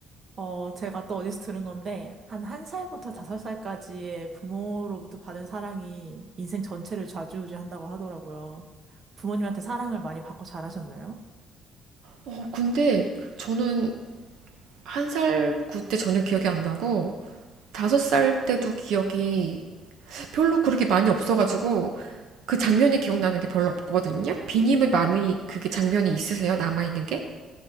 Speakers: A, on the right (about 40°); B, on the right (about 75°).
A: 어, 제가 또 어디서 들은 건데, 한 1살부터 5살까지의 부모로부터 받은 사랑이 인생 전체를 좌지우지한다고 하더라고요. 부모님한테 사랑을 많이 받고 자라셨나요?
B: 어, 근데 저는 한 살 그때 전혀 기억이 안 나고 다섯 살 때도 기억이 별로 그렇게 많이 없어가지고 그 장면이 기억나는 게 별로 없거든요. 비님은 많이 그게 장면이 있으세요? 남아있는 게?